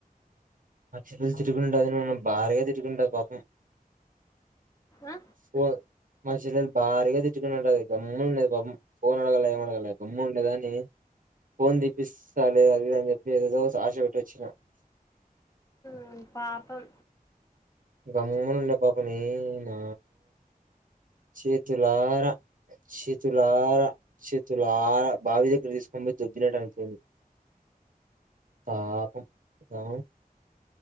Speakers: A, on the right; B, on the left.
A: మా చెల్లలు తిట్టుకునటది అదిన్న భారీగా తిట్టుకుంటది పాపం
B: ఆ?
A: ఫో మా చెల్లలు భారీగా తిట్టుకునూటది అది గమ్ ఉండేది పాపం ఫోన్ అడగాల ఏమ అడగాల గమ్ము ఉండేదాని ఫోన్ దిప్పిస్తా లేదా అదిఇది అని చెప్పేసి ఆశ పెట్టేసి వచ్చిన
B: ఊ పాపం
A: గమ్మునుండే పాపని నా చేతులార చితులార చితులార బావి దగ్గర తీసుకొని పోయి దొబ్బినట్టు అయిపోంది. పాపం ఆ